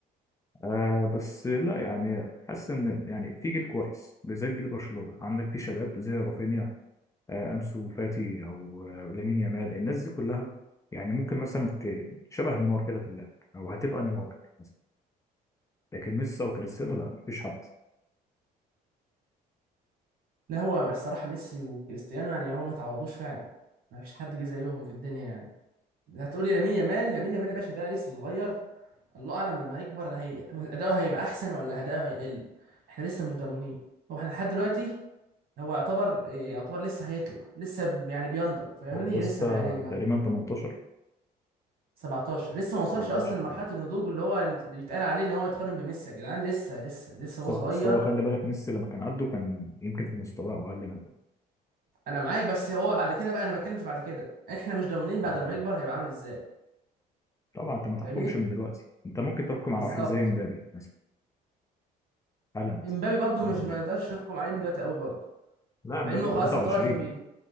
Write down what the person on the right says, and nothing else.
لا هو الصراحة ميسي وكريستيانو يعني هو ما تعوضوش فعلا ما فيش حد جه زيهم في الدنيا يعني هتقولي لامين يامال لامين يامال يا باشا ده لسه صغير الله اعلم لما هيكبر هي اداؤه هيبقى احسن ولا اداؤه هيقل احنا لسه مش ضامنين هو احنا لحد دلوقتي هو يعتبر يعتبر لسه هيطلع لسه ب- يعني بينضج فاهمني
لسه ما يعني ما
17 لسه ما
وصلش اصلا لمرحله
النضوج اللي هو يت- اللي يتقال عليه ان هو يتقارن بميسي يا جدعان لسه لسه لسه
هو صغير
انا معاك بس هو بعد كده بقى انا بتكلم في بعد كده احنا مش ضامنين بعد
ما
يكبر هيبقى عامل ازاي
فاهمني
بالظبط
امبابي برضو
مش ما
نقدرش نحكم عليه من دلوقتي قوي برضو
مع انه
خلاص يعتبر في بي